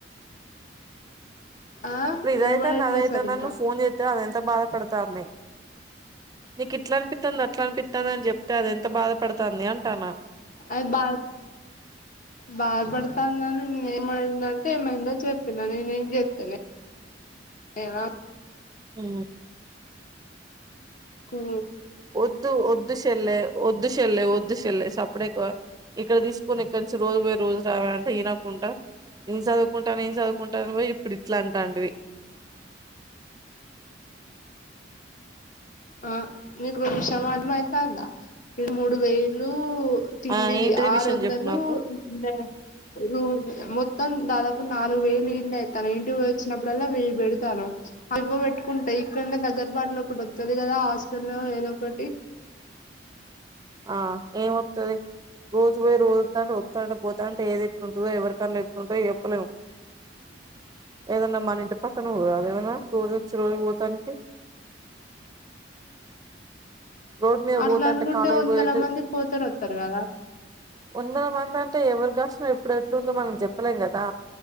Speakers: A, on the left; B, on the right.
A: ఆ
B: ఇప్పుడు ఇదైతే
A: వినబడట్లే
B: నాదైతేనని
A: సరిగ్గా
B: నువ్వు ఫోన్ చేస్తే అదంత బాధపడతాంది నీకు ఇట్లా అనిపిస్తాంది అట్లా అనిపిస్తాంది అని చెప్తే అది ఎంత బాధపడుతాంది అంటాన్నా
A: అది బాద్
B: <inaudible>
A: బాధపడుతాందని నేను ఏమైందంటే ఏమైందో చెప్పినా నేనేం చెప్తలే ఏవ
B: హు
A: కూ
B: ఒద్దు ఒద్దు చెల్లె ఒద్దు చెల్లె ఒద్దు చెల్లె సప్ ఇక్కడ తీసుకొని ఇక్కడి నుంచి రోజు పోయి, రోజు రావే అంటే ఇనకుంటా. ఏం చదువుకుంటా ఏం చదువుకుంటా అని పోయి ఇప్పుడు ఇట్లా అంటాంటివి <inaudible>
A: ఆ మీకు ఒక విషయం అర్దమయితాందా ఇది మూడు వేలు తిండికి
B: ఆ ఏంటిది
A: ఆరొందలు
B: విషయం చెప్పు నాకు
A: మే రూమ్ మొ త్తం దాదాపు నాలుగు వేలు ఈడనే అవుతాన్నయి. ఇంటికి పోయి వచ్చినప్పుడల్లా వెయ్యి పెడతాను అవ్వి పెట్టుకుంటయి. ఇక్కడనే దగ్గరపాటులో ఒకటి వత్తది కదా హాస్టలో ఏదో ఒకటి
B: ఆ ఏం వత్తది రోజు పోయి, రోజు వత్తాంటే వత్తాంటే పో. తా అంటే ఏది ఎట్టుంటుందో, ఎవరి కండ్లు ఎట్టుంటదో చెప్పలేం. ఏదన్నా మన ఇంటి పక్కన ఊరా అదేమన్నా రోజు వచ్చి రోజు పోతానికి. <inaudible> రోడ్ మీద
A: అట్లా
B: పోతాంటే
A: అనుకుంటే
B: కాలేజ్
A: వందల
B: కి పోయిటు
A: మంది పోతారు వత్తరు కదా
B: వందల మంది అంటే ఎవరు కాసినా ఎప్పుడు ఎట్టుందో మనం చెప్పలేం కదా.